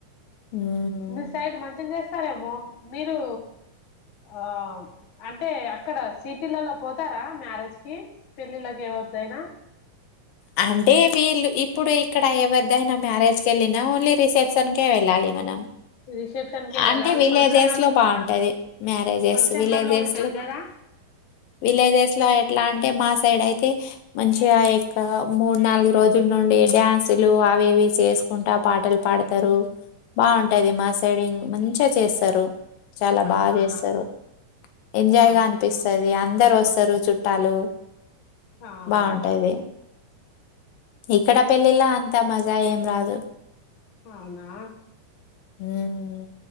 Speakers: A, on the left; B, on the left.
A: హ్మ్
B: మీ సైడ్ మంచిగచే స్తారేమో మీరు ఆ అంటే అక్కడ సిటీలలో పోతారా మ్యారేజ్ కి పెళ్ళిళ్ళకి ఎవ రైనా
A: అ అంటే వీళ్ళు ఇప్పుడు ఇక్కడ ఎవరిదైనా మ్యారేజ్ కి వెళ్ళినా ఓన్లీ రిసెప్షన్కే వెళ్ళాలి మనం
B: రిసెప్షన్ కి వెళ్ళాలా
A: అంటే
B: అది
A: విలేజెస్
B: ఫంక్షన్ హాల్
A: లో బాగుంటది మ్యారేజెస్
B: ఫంక్షన్
A: విలేజెస్
B: హాల్లో ఉంటది
A: లో
B: కదా
A: విలేజెస్ లో ఎట్లా అంటే మా సైడ్ అయితే మంచిగా ఇ మూడు నాలుగు రోజుల నుండి డ్యాన్సులు అవి ఇవి చేసుకుంటా పాటలు పాడతారు బాగుంటది మా సైడ్ మంచిగా చేస్తారు చాలా
B: అవునా
A: బా చేస్తారు ఎంజాయ్
B: అవునా
A: గా అనిపిస్తది అందరూ వస్తారు చుట్టాలు
B: ఆహా
A: బాగుంటాది ఇక్కడ పెళ్ళిళ అంత మజా ఏం రాదు
B: అవునా
A: ఉమ్